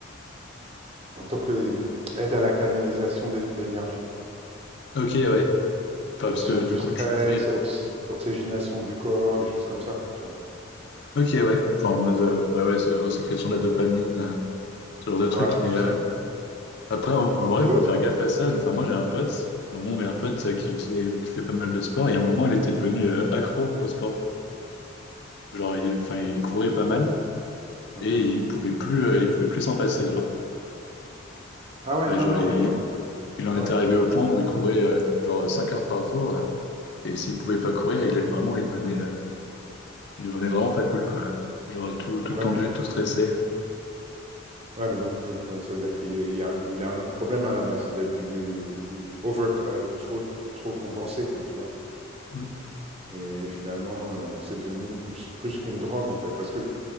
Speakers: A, on the right; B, on the left.
A: en tant que aide à la canalisation des énergies,
B: Ok, ouais. Enfin,
A: gestion
B: parce que
A: du
B: du coup,
A: stress,
B: tu fais.
A: oxy- oxygénation du corps, des choses comme ça, quoi, tu vois.
B: Ok, ouais. Enfin, en mode euh, ouais, ouais, c'est resécrétion de la dopamine, euh, ce genre de truc.
A: Voilà,
B: Mais
A: tout
B: euh,
A: ça.
B: après, en, en vrai,
A: Et
B: il faut
A: oui.
B: faire gaffe à ça. Enfin, moi, j'ai un pote, donc mon meilleur pote, euh, qui faisait, qui fait pas mal de sport. Et à un moment, il était devenu euh, accro au sport. Genre, il, enfin, il courait pas mal
A: Mhm.
B: et il pouvait plus, euh, il pouvait plus s'en passer. Genre,
A: Ah ouais,
B: Enfin,
A: non,
B: Ah genre
A: non,
B: ouais.
A: mais
B: il,
A: ouais,
B: il en
A: Ah
B: était
A: ouais,
B: arrivé
A: d'accord.
B: au point où il courait euh, genre 5 heures par jour. euh, Et s'il pouvait pas courir, il est vraiment, il devenait, euh, il devenait vraiment pas cool, quoi. Genre tout, tout
A: Ouais,
B: tendu,
A: mais je pense
B: tout stressé.
A: que. Ouais, mais donc, donc, euh, ça veut dire qu'il est- il y a un, il a un autre problème à la base. Il a dû over, euh, trop, trop compenser, quoi, tu vois.
B: Mm.
A: Et finalement, euh, c'est devenu plus, plus qu'une drogue, en fait. Parce que le,